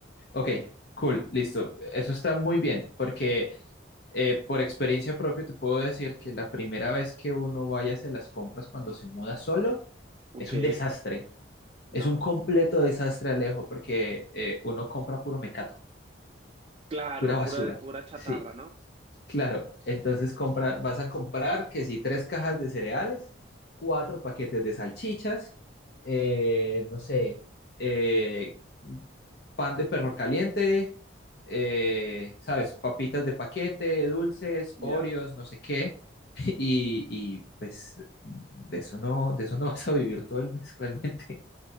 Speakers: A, on the left; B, on the right.
A: Ok, cool, listo. Eso está muy bien, porque eh, por experiencia propia te puedo decir que la primera vez que uno vaya a hacer las compras cuando se muda solo
B: Ok,
A: es un desastre. Es
B: no,
A: un completo
B: ma-
A: desastre, Alejo, porque eh, uno compra puro mecato,
B: claro,
A: pura basura.
B: pura, pura chatarra,
A: Sí.
B: ¿no?
A: Claro, entonces compra, vas a comprar que si tres cajas de cereales, cuatro paquetes de salchichas, eh, no sé, eh, pan de perro caliente, eh, sabes, papitas de paquete, dulces,
B: Ya,
A: Oreos, no sé qué, <laughs> y, y, pues de eso no, de eso no <laughs> vas a vivir todo el mes, <laughs> realmente,